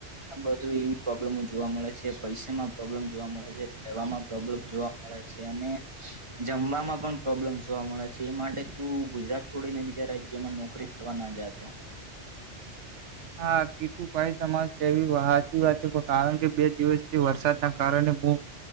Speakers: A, on the right; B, on the right.
A: મ બધું એવી પ્રોબ્લેમો જોવા મળે છે પૈસા માં પ્રોબ્લેમ જોવા મળે છે પમાં પ્રોબ્લેમ જોવા હળ છે અને અનેને જમવાવામાં પણ પ્રોબ્લેમ જોવા મળે છે એ માટે તું ગુજરાત છોડીને બીજા રાજ્ય જેમાં નોકરી કરવા ના જતો
B: હા કીતુ ભાઈ તમારે કેવી સાચી વાત છે કારણ કે બે દિવસ વરસાદના કારણે હું